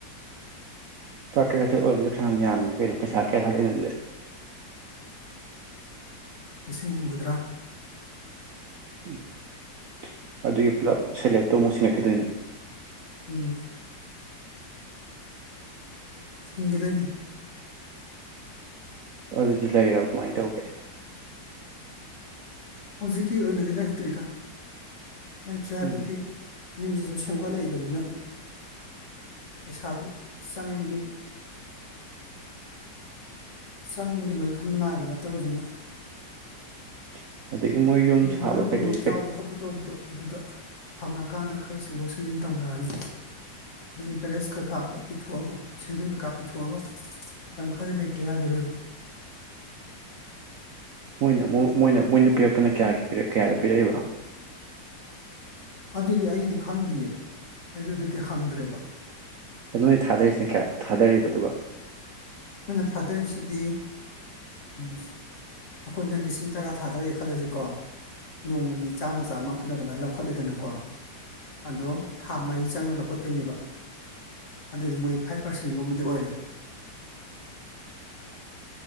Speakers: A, on the right (about 65°); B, on the left (about 45°).
A: ꯆꯇ ꯑꯣꯏ ꯄꯩꯁꯥ ꯑꯃ ꯌꯥꯝꯃꯤꯅ ꯀꯩꯅꯣ ꯄꯩꯁꯥ ꯀꯌꯥ ꯈꯔ ꯂꯩꯅ ꯑꯗꯨꯗ
B: ꯂꯤꯁꯤꯡ ꯍꯨꯝꯐꯨꯇꯔꯥ
A: ꯎꯝ ꯑꯗꯨꯒꯤ ꯄꯨꯂꯞ ꯁꯦꯂꯦꯛꯛꯇꯧ ꯑꯃꯨꯛ ꯁꯤꯉꯠꯈꯤꯗꯣꯏꯅꯦ
B: ꯎꯝ ꯁꯤꯁꯤꯡꯒꯗꯅꯦ
A: ꯑꯗꯨ ꯗꯤ ꯂꯩꯔꯕꯣ ꯀꯃꯥꯏꯅ ꯇꯧꯒꯦ
B: ꯍꯧꯖꯤꯛꯀꯤ ꯑꯣꯏꯅꯗꯤ ꯂꯩꯇ꯭ꯔꯤꯗ ꯂꯩꯇ꯭ꯔꯦ ꯍꯥꯏꯕꯗꯤ
A: ꯎꯝ
B: ꯌꯨꯝꯁꯤꯁꯨ ꯁꯦꯝꯒꯠꯂꯛꯏꯕꯅꯤꯅ ꯄꯩꯁꯥꯗꯨ ꯆꯪꯕꯒꯤ ꯆꯪꯕꯒꯤ ꯂꯣꯏ ꯈꯝꯕ ꯅꯥꯏꯕ ꯅꯠꯇꯕꯅꯤꯅ
A: <unintelligible> ꯌꯨꯝ
B: ꯃꯣꯏꯁꯨꯦ
A: ꯁꯥꯕ
B: ꯃꯔꯨꯞ
A: ꯀꯩꯀꯩ
B: ꯅꯨꯡꯞ
A: ꯄꯩ
B: ꯌꯥꯎꯕ ꯈꯣꯠꯄ ꯇꯧꯕꯗꯣ ꯑꯗꯨꯗ ꯐꯪꯉꯀꯥꯟꯗ ꯈꯔ ꯁꯦꯝꯦꯡꯗꯣꯛ ꯁꯦꯝꯦꯡꯖꯤꯟ ꯇꯧꯅꯔꯅꯤ ꯏꯟꯇꯔꯦꯁ ꯈꯥ ꯈ ꯄꯤꯊꯣꯛꯑꯒ ꯁꯦꯟꯗꯣꯏ ꯀꯀꯥ ꯄꯤꯊꯣꯛꯑꯒ ꯃꯇꯝ ꯈꯔꯗꯤ ꯂꯩꯇ꯭ꯔ ꯌꯥꯈꯤꯔꯣꯏꯕ
A: ꯃꯣꯏꯅ ꯑꯃꯨꯛ ꯃꯣꯏꯅ ꯃꯣꯏꯅ ꯄꯤꯔꯛꯄꯅ ꯀꯌꯥꯒꯤ ꯄꯔ ꯀꯌꯥꯗ ꯄꯤꯔꯛꯏꯕ
B: ꯑꯗꯨꯗꯤ ꯑꯩꯗꯤ ꯈꯪꯗꯌꯦ ꯑꯩꯗꯤ ꯑꯗꯨꯗꯤ ꯍꯪꯗ꯭ꯔꯦꯕ
A: ꯅꯣꯏ ꯊꯥꯗꯔꯤꯁꯤꯅ ꯀꯌꯥꯅ ꯊꯥꯗꯔꯤꯕ ꯑꯗꯨꯒ
B: ꯑꯩꯈꯣꯏꯅ ꯊꯥꯗꯔꯤꯁꯤꯗꯤ ꯑꯩꯈꯣꯏꯅ ꯂꯤꯁꯤꯡ ꯇꯔꯥ ꯊꯥꯗꯔꯦ ꯈꯜꯂꯁꯤꯀꯣ ꯅꯣꯡꯃꯒꯤ ꯆꯥꯝꯃ ꯆꯥꯝꯃ ꯑꯩꯈꯣꯏꯅ ꯑꯗꯨꯃꯥꯏꯅ ꯂꯧꯈꯠꯂꯤꯗꯅꯀꯣ ꯑꯗꯣ ꯊꯥ ꯃꯔꯤ ꯆꯪꯅ ꯂꯧꯈꯠꯇꯣꯏꯅꯦꯕ ꯑꯗꯨꯗꯤ ꯃꯣꯏ ꯐꯥꯏꯚ ꯄꯥꯔꯁꯦꯟꯒꯨꯝꯕꯗꯤ ꯑꯣꯏꯔꯦ